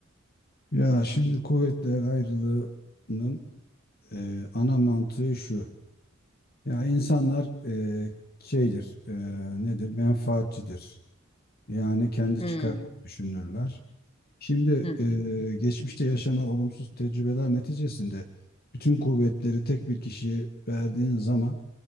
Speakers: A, on the left (about 50°); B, on the left (about 30°).
A: Ya şimdi kuvvetler ayrılığının e, ana mantığı şu. Ya insanlar e, şeydir, e, nedir? Menfaatçidir. Yani kendi
B: Hmm,
A: çıkarını düşünürler. Şimdi
B: Hı
A: e,
B: hı.
A: geçmişte yaşanan olumsuz tecrübeler neticesinde bütün kuvvetleri tek bir kişiye verdiğin zaman